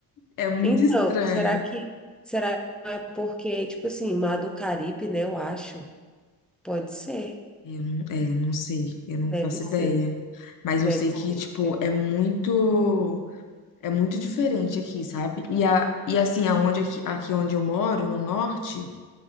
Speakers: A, on the left; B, in the centre.
A: É muito
B: Então,
A: estranho.
B: será que será que não é porque, tipo assim, Mar do Caribe, né? Eu acho. Pode ser.
A: Eu não, é, não sei, eu não
B: Deve
A: faço
B: ser.
A: ideia. Mas
B: Deve
A: eu sei
B: ser.
A: que, tipo,
B: É
A: é muito, é muito diferente aqui, sabe? E, a, e assim, aonde aqui, aqui onde eu moro, no norte,